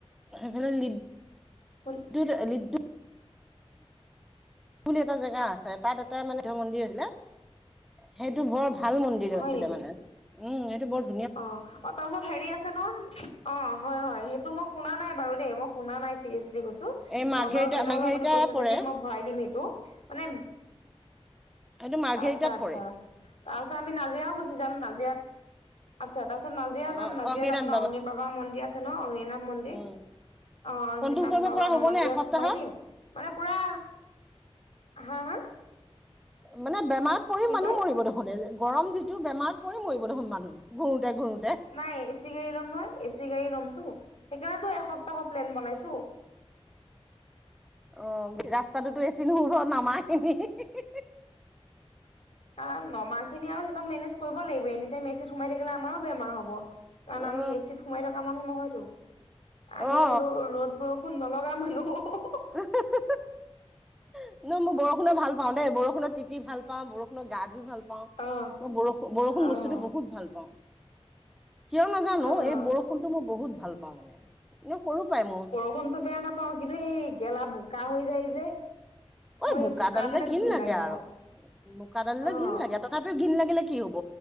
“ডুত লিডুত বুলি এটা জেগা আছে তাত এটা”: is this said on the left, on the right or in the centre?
Centre